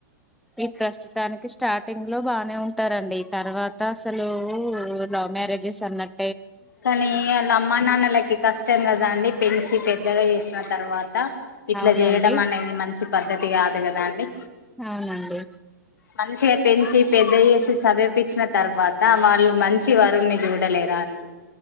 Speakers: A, in the centre; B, on the left (about 85°).
A: ఈ ప్రస్తుతానికి స్టార్టింగ్ లో బానే ఉంటారంండి తర్వాత అసలు లవ్ మ్యారేజెస్ అన్నట్టు
B: కానీ వాళ్ళ అమ్మా నాన్నలకి కష్టం కదా అండి పెంచి పెద్దగా చేసిన తర్వాత ట ఇట్లా
A: అవునండి
B: చేయడం అనేది మంచి పద్ధతి కాదు కదా అండి
A: అవునండి
B: మంచిగా పెంచి పెద్దయసి చదివిపించిన తర్వాత వాళ్ళు మంచి వరుణ్ని చూడలేరా అండీ